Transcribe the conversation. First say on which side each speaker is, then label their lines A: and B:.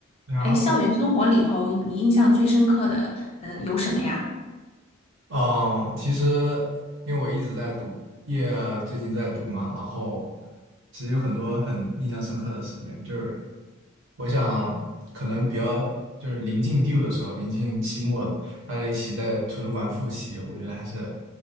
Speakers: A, on the right; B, on the left.
A: 你好，
B: 哎，校园生活里头，你印象最深刻的，嗯，有什么呀？
A: 嗯，其实因为我一直在读，也最近在读嘛，然后其实有很多很印象深刻的时间，就是我想可能比较就是临近 due 的时候，临近期末了大家一起在图书馆复习，我觉得还是